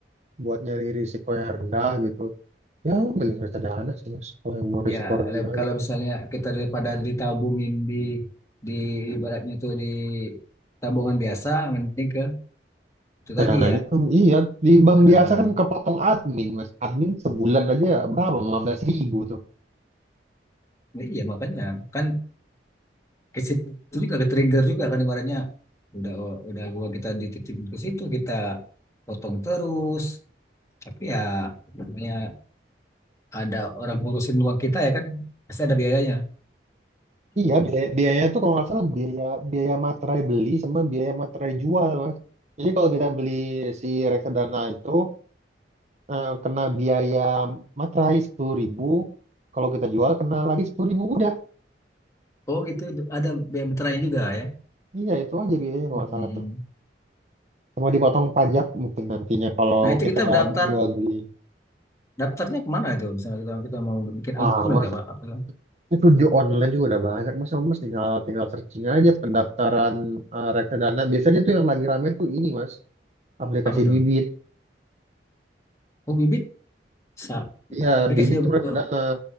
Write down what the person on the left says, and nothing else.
Ya,
le- kalau
misalnya kita daripada ditabungin di di ibaratnya itu di tabungan biasa, mending ke itu
tadi ya,
Karena
Iya makanya kan ke situ juga ke trigger juga kan ibaratnya udah oh, udah gua kita dititipin ke situ kita potong terus, tapi ya namanya ada orang ngurusin uang kita ya kan pasti ada biayanya.
Oh gitu, ada BM Veteran juga ya.
Mm-mm.
Nah itu
kita mendaftar,
daftarnya kemana itu? Misalnya kita kita mau bikin
akun
atau apa, apa, tuh?
apa tuh?
Oh Bibit, Sa-
aplikasinya
betul.